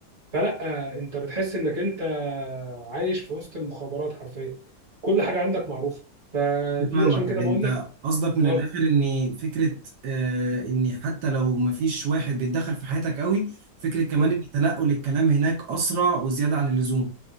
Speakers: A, on the right; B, on the right.
A: فلا انت بتحس انك انت عايش في وسط المخابرات حرفيا كل حاجه عندك معروفه فدي
B: فاهمك
A: عشان كده
B: يعني
A: بقول
B: انت
A: لك
B: قصدك من
A: اه
B: الاخر ان فكره آه ان حتى لو مفيش واحد بيتدخل في حياتك قوي فكره كمان
A: امم
B: ان تنقل الكلام هناك اسرع وزياده عن اللزوم